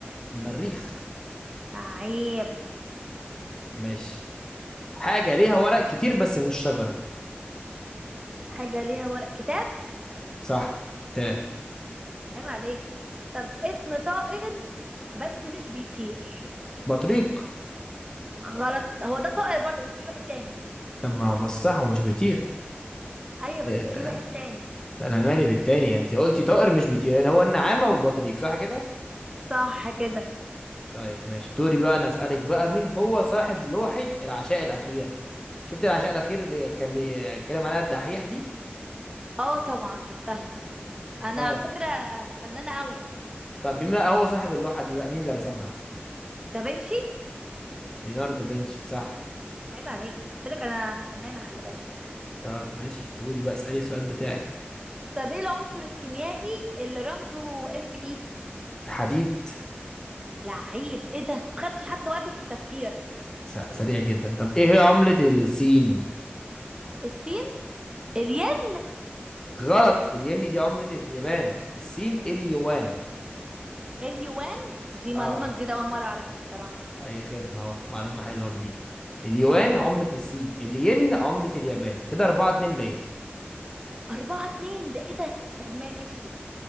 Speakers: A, on the left; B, on the right.
A: المريخ
B: لعيب
A: ماشي حاجة ليها ورق كتير بس مش شجرة
B: حاجة ليها ورق كتاب
A: صح كتاب
B: عيب عليك طب اسم طائر بس مش بيطير
A: بطريق
B: غلط هو ده طائر برضه بس في واحد تاني
A: طب ما هو بس صح ومش بيطير
B: أيوة
A: إيه،
B: بس في واحد تاني
A: انا مالي بالتاني انت قلتي طائر مش بيطير يعني هو النعامة والبطريق صح كده
B: صح كده
A: طيب ماشي دوري بقى انا اسألك بقى مين هو صاحب لوحة العشاء الأخير شفت العشاء الأخير اللي كان بيتكلم عليها الدحيح دي
B: اه طبعا شفتها أنا
A: طيب
B: على فكرة فنانة قوي
A: طب مين بقى هو صاحب اللوحة دي بقى مين اللي رسمها
B: دافنشي
A: ليوناردو دافنشي صح
B: عيب عليك قلت لك أنا أنا فنانة خلي بالك
A: طب ماشي قولي بقى اسألي السؤال بتاعك
B: طب ايه العنصر الكيميائي اللي رمزه اف اي
A: حديد
B: لعيب ايه ده ما خدتش حتى وقت في التفكير
A: س- سريع جدا طب ايه هي عملة الصين
B: السين الياء
A: غلط الين دي عملة اليابان الصين اليوان
B: اليوان دي
A: اه
B: معلومة جديدة أول مرة أعرفها بصراحة
A: اي خدمة اهو معلومة حلوة جديدة اليوان عملة الصين الين عملة اليابان كده 4 2 ليا
B: أربعة اتنين ده إيه ده طب ماشي